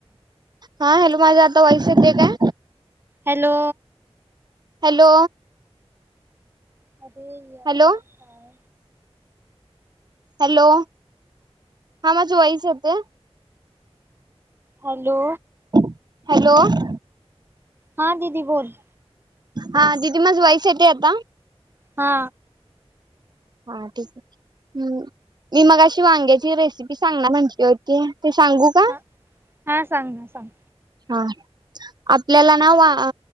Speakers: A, on the right; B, on the right.
A: हा हॅलो माझा आता व्हॉइस येतय काय?
B: हॅलो
A: हॅलो
B: हॅलो अरे यार
A: हॅलो
B: काय
A: हॅलो हा माझा व्हॉइस येतय?
B: हॅलो
A: <inaudible> हॅलो <inaudible>
B: हा दीदी बोल
A: हा दिदी माझ वाईस येते आता?
B: हा
A: हा ठीकय हम्म मी मगाशी वांग्याची रेसिपी सांगणार म्हटली होती ते सांगू का
B: हा हा सांग ना सांग.
A: हा आपल्याला वा ना